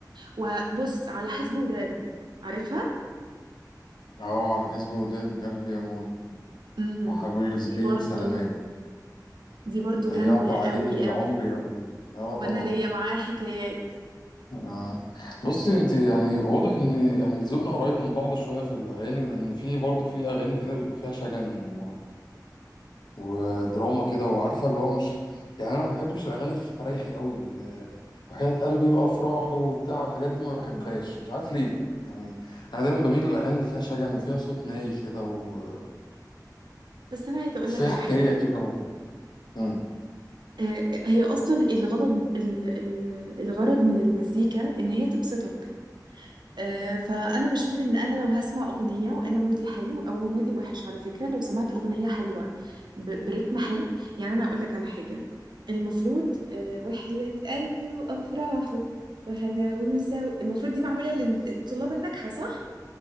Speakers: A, on the right (about 85°); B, on the left (about 80°).
A: وبص على حسب وداد عارفها
B: اه على حزب وداد قلبي يا ابوي
A: امم
B: راح اقول لزبين
A: دي برضو
B: سلامات
A: دي برضو
B: ضيعت
A: جامدة
B: عليه
A: قوي
B: العمر
A: قوي
B: يا ابوي اه
A: وانا
B: طبعا
A: ليا معاه حكايات
B: انا بصي انت يعني واضح ان يعني ذوقنا قريب من بعض شويه في الاغاني لان في برضه في اغاني كده بيبقى فيها شجن و... ودراما كده وعارفه اللي هو مش يعني انا ما بحبش الاغاني الفرايحي قوي ال- وحياة قلبي وافراح وبتاع الحاجات دي ما بحبهاش مش عارف ليه يعني انا دايما بميل للاغاني اللي فيها شجن وفيها صوت ناي كده و...
A: بس انا عايزه اقول
B: وفيها
A: لك على
B: حكايه
A: حاجه
B: كده و... مم.
A: آه، هي اصلا الغرض ال- ال- الغرض من المزيكا ان هي تبسطك آه، فانا بشوف ان انا لو هسمع اغنيه وانا مودي حلو او مودي وحش على فكره لو سمعت اغنيه حلوه ب- برتم حلو يعني انا اقول لك على حاجه المفروض آه، وحياة قلبي وافراحه وهنا ومساوي المفروض دي معموله لل- للطلاب الناجحه صح